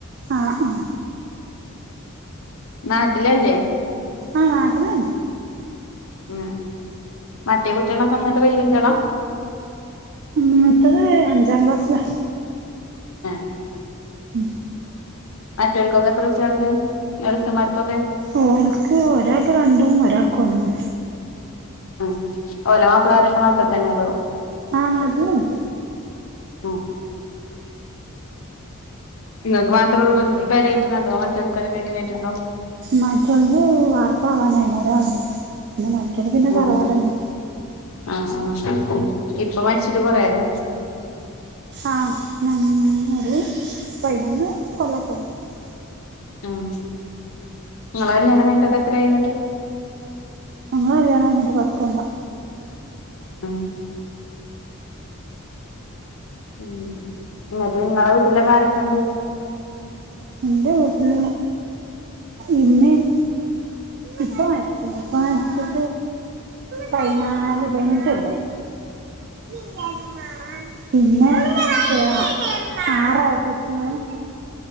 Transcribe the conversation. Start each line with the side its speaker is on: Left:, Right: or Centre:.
Right: ആ ആ
Left: നാട്ടിലല്ലേ?
Right: ആഹ് നാട്ടില് വന്ന്
Left: അ. മറ്റേ കുട്ട്യാളൊക്കെ ന്ന്ട്ട് വല്യ കുട്ട്യാളാ?
Right: മൂത്തത് അഞ്ചാം ക്ലാസ്സിലാ.
Left: <unintelligible>
Right: ഉം
Left: മറ്റൊൾക്കൊക്കെ എത്ര സ്കുട്ടിയളുണ്ട് എളുത്തന്മാർക്കൊക്കെ
Right: ഓൽക്ക് ഒരാൾക്ക് രണ്ടും, ഒരാൾക്ക് ഒന്നും.
Left: ഉം. ഓലെ മാപ്പ്ളാരൊക്കെ നാട്ട്- ത്തന്നെ അതോ
Right: ആഹ് നാട്ടില്ണ്ട്.
Left: ആ ഇങ്ങക്ക് മാത്രോള്ളു <unintelligible> പെരേയ്റ്റ്ണത് അതോ മറ്റോൽക്ക് വല്ല പെരിം കേറ്റ്ണ് ണ്ടോ?
Right: മറ്റോൽത് വാർപ്പാവാനായിണ് ഒരാൾത് പിന്നെ, മറ്റോല് പിന്നെ
Left: ഉം
Right: തറവാടല്ലേ.
Left: ആഹ് ആഹ്. ഇപ്പ മര്ച്ച്ട്ട് കൊറേ ആയോ?
Right: ആ നമ്മ് ഒര് പയ്നൊന്ന് <unintelligible>
Left: ആഹ്, ഇങ്ങളെ കല്യാണം കയ്ഞ്ഞ്ട്ടൊക്കെത്രായിന്ന്ട്ട്?
Right: ഞങ്ങളെ കല്ല്യാണം കയ്ഞ്ഞ്ട്ട് പത്തൊല്ലം.
Left: ആഹ് ഉം ഇന്ന്ട്ട് ഇങ്ങളെ വീട്ടിലൊക്കെ ആരൊക്കെണ്ട്?
Right: എന്റെ വീട്ടില് ഇമ്മിം ഇപ്പ മര്ച്ച്ണ്. ഇപ്പ മര്ച്ച്ട്ട് പയ്നാല് പതിനഞ്ച് കൊല്ലായി.
Left: <inaudible>
Right: <unintelligible> പിന്നെ <unintelligible> ആറേട്ടത്യാളും